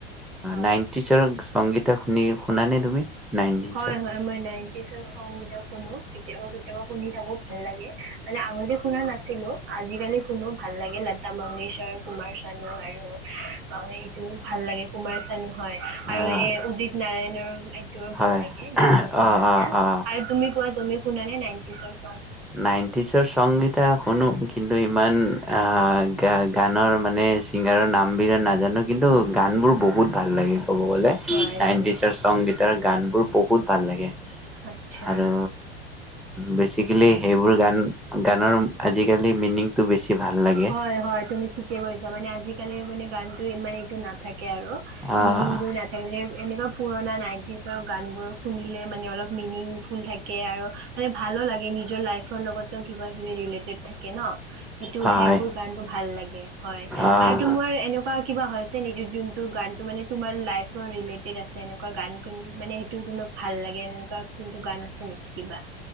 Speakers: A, on the right; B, in the centre.
A: হয়
B: নাইনটি চনত সংগীতা শুনি শুনা নে তুমি নাইনটিজৰ?
A: হয় হয় মই নাইনটিজৰ চং কেতিয়াবা শুনো কেতিয়াবা কেতিয়াবা শুনি থাকো ভাল লাগে মানে আগতে শুনা নাছিলো আজিকালি শুনো ভাল লাগে লতা মংগেশৰ কুমাৰ চানু আৰু অ', এইটো ভাল লাগে কুমাৰ চানু হয়
B: আহ
A: আৰু এ উদিত নাৰায়ণ এইটো
B: হয়
A: ভাল লাগে গানটো শুনি
B: অ
A: কিনা
B: অ অ
A: আৰু তুমি কোৱা তুমি শুনা নে নাইনটিছৰ?
B: নাইনটিছৰ সংগীতা শুনো কিন্তু ইমান গ গানৰ মানে ছিংগাৰৰ নামবিলাক নাজানো কিন্তু গানবোৰ বহুত ভাল লাগে। ক'ব গ'লে
A: হয়
B: ননটগটাৰ
A: হয়
B: গানবোৰ বহুত ভাল লাগে।
A: আচ্ছা
B: আৰু বেছি প্লে সেইবোৰ গান গানৰ আজিকালি মিনিংটো বেছি ভাল লাগে।
A: হয় হয় তুমি ঠিকে কৈছা মানে আজিকালিৰ মানে গানতো ইমান এইটো নাথাকে আৰু
B: আহ
A: মিনিং বোৰ নাথাকিলে এনেকুৱা পুৰণা নাইটিচৰ গান বোৰ শুনিলে মানে অলপ মিনিং ফুল থাকে আৰু মানে ভালো লাগে নিজৰ লাইফ লগতো কিবা কিবি ৰিলেটেড থাকে ন? সেইটো
B: হয়
A: সেইবোৰ গানটো ভাল লাগে হয়
B: আহ
A: আৰু তোমাৰ এনেকুৱা কিবা হৈছে নি যোন গানটো মানে তোমাৰ লাইফৰ ৰিলেটেড আছে? এনেকুৱা গান কিন মানে সেইটো তোমাক ভাল লাগে এনেকুৱা কোনটো গান আছে নেকি কিবা?